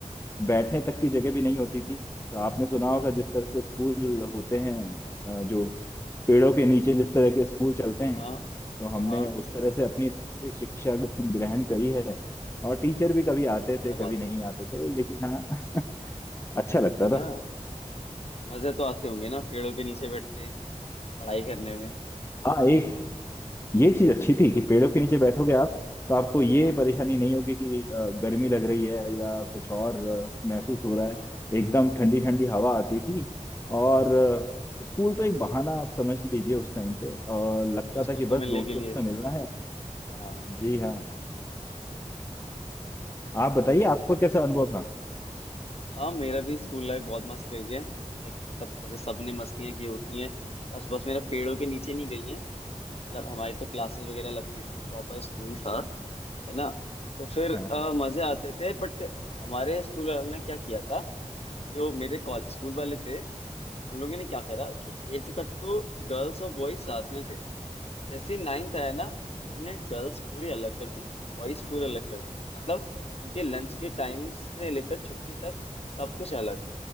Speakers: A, on the left; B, on the left.
A: बैठने तक
B: हाँ हाँ
A: की जगह भी नहीं होती थी तो आपने सुना होगा जिस तरह से स्कूल होते हैं अ, जो पेड़ों के नीचे जिस तरह के स्कूल चलते
B: हाँ
A: हैं
B: हाँ
A: तो
B: हाँ
A: हमने
B: हाँ
A: उस तरह से अपनी स्कूली शिक्षा <laughs> ग्रहण करी है और टीचर भी कभी
B: अरे
A: आते
B: क्या
A: थे कभी
B: बात
A: नहीं
B: है
A: आते थे लेकिन हाँ <laughs> अच्छा लगता
B: बढ़िया
A: था
B: मजे तो आते होंगे ना पेड़ों के नीचे बैठ के पढ़ाई करने में
A: हाँ एक ये चीज अच्छी थी कि पेड़ों के नीचे बैठोगे आप तो आपको ये
B: हाँ हाँ
A: परेशानी नहीं होगी कि अ, गर्मी लग रही है या कुछ और अ, महसूस हो रहा है
B: हाँ हाँ
A: एकदम ठंडी ठंडी हवा आती थी और अ, स्कूल तो एक बहाना आप समझ लीजिए उस टाइम पे और लगता
B: दोस्तों
A: था कि
B: से
A: बस
B: मिलने
A: दोस्तों
B: के लिए
A: से मिलना है
B: हाँ
A: जी हाँ आप बताइए
B: सही बात
A: आपको
B: है
A: कैसा अनुभव था
B: हाँ मेरा भी स्कूल लाइफ बहुत मस्त गई है लाइक मतलब जैसे सबने मस्तियाँ की होती हैं बस बस मेरा पेड़ों के नीचे नहीं गई है मतलब हमारी तो क्लासेस वगैरह लगती थी प्रॉपर स्कूल था है ना तो फिर
A: <laughs>
B: अ, मजे आते थे बट हमारे स्कूल वालों ने क्या किया था जो मेरे कॉलेज स्कूल वाले थे उन लोगों ने क्या करा कि एट्थ तक तो गर्ल्स और बॉयज साथ में थे जैसे ही नाइन्थ आया ना उनने गर्ल्स पूरी अलग कर दी बॉयज पूरी अलग कर दी मतलब उनके लंच के टाइमिंग से लेकर छुट्टी तक सब कुछ अलग